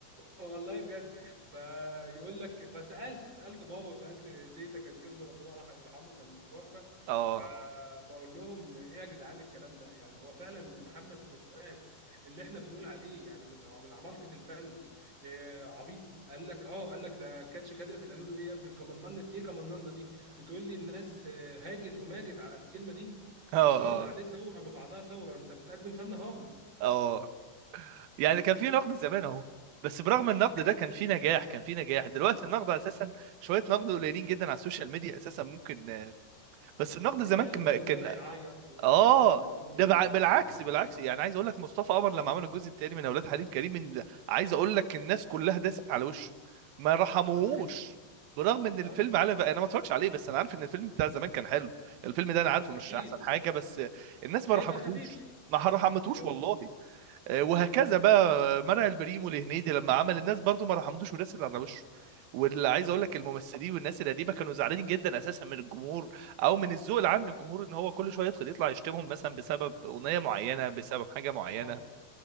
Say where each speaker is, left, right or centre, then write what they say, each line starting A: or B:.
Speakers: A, on the right (about 25°); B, on the right (about 75°).
A: والله بجد فيقول لك فسالت سالت بابا وسالت تيتا كان جده ربنا راح يرحمه كان توفى
B: اه
A: فبقول لهم ايه يا جدعان الكلام ده يعني هو فعلا محمد فؤاد اللي احنا بنقول عليه يعني من من عمالقه الفن إيه عبيط قال لك اه قال لك ده كاتش كادر في القالوا له ايه يا ابني كمننت ايه كمننه دي بتقول لي الناس آه، هاجت وماجت على الكلمه دي
B: اه
A: صارت
B: اه
A: عليه ثوره ما بعدها ثوره انت بتقدم فن هابط
B: اه يعني كان في نقد زمان اهو بس برغم النقد
A: أك-
B: ده
A: اكيد
B: كان في نجاح كان في نجاح دلوقتي النقد اساسا شويه نقد قليلين جدا على السوشيال ميديا اساسا ممكن آه، بس النقد
A: بتلاقي
B: زمان كان
A: الفنان
B: كان
A: طالع يعيط ويقول
B: اه
A: لك عملتوني
B: ده
A: وشتمتوني
B: بع- بالعكس
A: وبهدلتوني
B: بالعكس يعني عايز اقول لك مصطفى قمر لما عمل الجزء الثاني من اولاد حليم كريم ال- عايز اقول لك الناس كلها داست على وشه ما رحموهوش
A: نفختها
B: برغم ان الفيلم
A: اه
B: على انا ما اتفرجش عليه بس انا عارف ان الفيلم بتاع زمان كان حلو الفيلم ده انا عارفه مش
A: اكيد
B: احسن حاجه بس الناس
A: وهيبقى
B: ما رحمتوش
A: خفيف
B: ما رحمتوش
A: اه
B: والله آه، وهكذا
A: مم.
B: بقى منع البريمو لهنيدي لما عمل الناس برضو ما رحمتوش ورسل على وشه واللي عايز
A: مم.
B: اقول لك الممثلين والناس القديمه كانوا زعلانين جدا اساسا من الجمهور او من الذوق العام للجمهور ان هو كل شويه يدخل يطلع يشتمهم مثلا بسبب اغنيه معينه بسبب حاجه معينه
A: اه